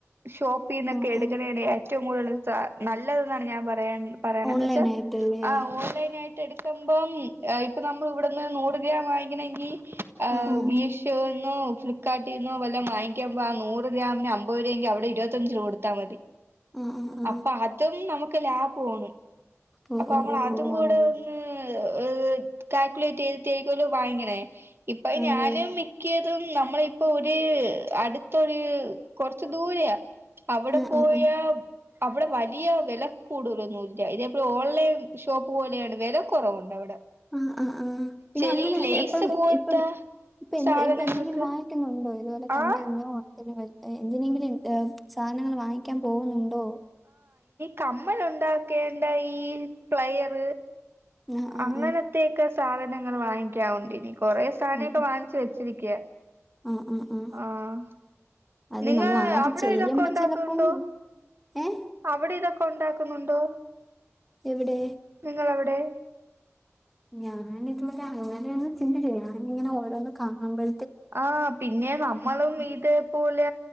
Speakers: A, on the right; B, in the centre.
A: ഷോപ്പീന്നൊ
B: ആ,
A: ഒക്കെ എടുക്കണേണ്
B: ആ.
A: ഏറ്റോം കൂടുതൽ സാ നല്ലത് ന്നാണ് ഞാൻ പറയാ പറയണേന്ന്
B: ഓൺലൈനായിട്ടല്ലേ?
A: വെച്ചാ ആ ഓൺലൈൻ ആയിട്ട് എടുക്കമ്പം ഇപ്പ നമ്മൾ ഇവിടെ നൂറുരുപയാ വാങ്ങിക്കണെ എങ്കിൽ ആഹ്
B: ആ, ആ.
A: മീഷോന്നോ ഫ്ലിപ്പ്കാർട്ടീന്നോ വല്ലോം വാങ്ങിക്കമ്പ ആ നൂറു ഗ്രാമിന് അൻമ്പത് രൂപേങ്കിൽ അവിടെ ഇരുപത്തഞ്ച് രൂപ കൊടു ത്താൽ മതി
B: ആ, ആ, ആ.
A: അപ്പ അതും നമുക്ക് ലാഭോണ്
B: ഓ,
A: അപ്പമ്മൾ
B: ഓ, ഓ,
A: അതും
B: ഓ.
A: കൂടെ
B: അങ്ങനെ.
A: ഒന്ന് ഏഹ് കാൽക്കുലേറ്റെയ്തിട്ട് ആരിക്കോല്ലോ വാങ്ങണേ ഇപ്പ
B: അതെ.
A: ഞാനും മിക്കതും നമ്മളെ ഇപ്പൊ ഒരു അടുത്തൊരു കൊറച്ച് ദൂരെയാ അവിടെ
B: ആ,
A: പോയ
B: ആ, ആ.
A: അവിടെ വലിയ വില കൂടുതലൊന്നുമില്ല ഇ ഓൺലൈൻ ഷോപ്പ് പോലെയാണ് വില കുറവുണ്ട് അവിടെ
B: ആ ആ് ആഹ് പിന്നെ
A: ചെറി
B: അങ്ങനെ
A: ലെയ്സ്
B: ഇപ്പം
A: പോലത്തെ
B: ഇപ്പം ഇപ്പൊ എ
A: സാധനങ്ങൾക്ക്
B: ഇപ്പൊ എന്തെങ്കിലും വാങ്ങിക്കുന്നുണ്ടോ ഇതുപോലെ കമ്മലിനോ
A: ആഹ്
B: എന്തിനെങ്കിലും സാധനങ്ങൾ വാങ്ങിക്കാൻ പോകുന്നുണ്ടോ
A: കമ്മൾ ഉണ്ടാക്കേണ്ട ഈ പ്ലയർ
B: ആ ആ
A: അങ്ങനത്തക്കെ
B: ആ ആ
A: സാധ ങ്ങൾ വാങ്ങിക്കാ കൊണ്ടിരിക്ക കൊറെ സാധനംക്കെ
B: ആ
A: വാങ്ങിച്ചു വെച്ചിരിക്കയാ
B: ആ ആ ആ ആ.
A: ആഹ
B: അത്
A: നിങ്ങ
B: നമ്മൾ ആദ്യം
A: അവിടെ
B: ചെയ്യുമ്പോ
A: ഇതൊക്കെ ഉണ്ടാക്കുന്നുണ്ടോ
B: ചിലപ്പം ഏ
A: അവിടെ ഇതൊക്കെ ഉണ്ടാക്കുന്നുണ്ടോ
B: എവിടെ
A: നിങ്ങളവിടെ
B: ഞാാന ഇതുവരെ അങ്ങനെയ ഒന്ന് ചിന്തിച്ച ഞാന ഇങ്ങനെ ഓരോന്നും കാണുമ്പോഴ
A: ആ് പിന്നെ നമ്മളും ഇത് പോലെ